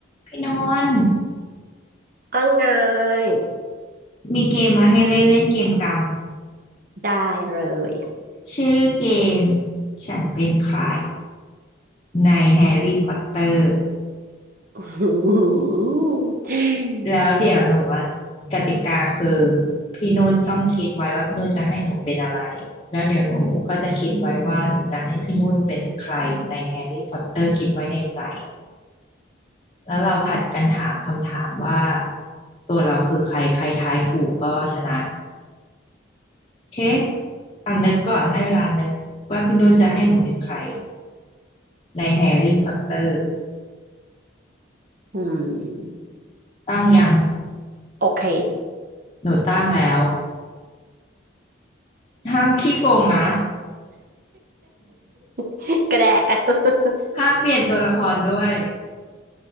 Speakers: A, on the left; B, on the right.
A: พี่นนท์
B: ว่าไง
A: มีเกมมาให้เล่นเล่นเกมกัน
B: ได้เลย
A: ชื่อเกมฉันเป็นใครในแฮร์รี่พอตเตอร์
B: <laughs> อืม
A: แล้วเดี๋ยวหนูว่ากติกาคือพี่นุ่นต้องคิดไว้ว่าพี่นุ่นจะให้หนูเป็นอะไรแล้วเดี๋ยวหนูก็จะคิดไว้ว่าหนูจะให้พี่นุ่นเป็นใครในแฮร์รี่พอตเตอร์คิดไว้ในใจแล้วเราผัดกันถามคำถามว่าตัวเราคือใครใครทายถูกก็ชนะ เคตอนนึกก่อนให้เวลานึกว่าพี่นุ่นจะให้หนูเป็นใครในแฮร์รี่พอตเตอร์
B: อืม
A: ตั้งยัง
B: โอเค
A: หนูตั้งแล้วห้ามขี้โกงนะ
B: <laughs> ก็ได้ <laughs>
A: ห้ามเปลี่ยนตัวละครด้วย